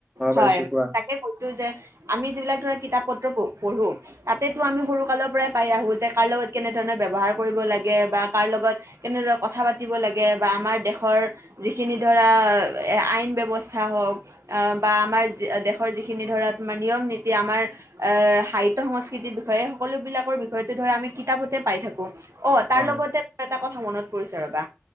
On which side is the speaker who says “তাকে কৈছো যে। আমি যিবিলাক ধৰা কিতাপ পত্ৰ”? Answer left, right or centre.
Right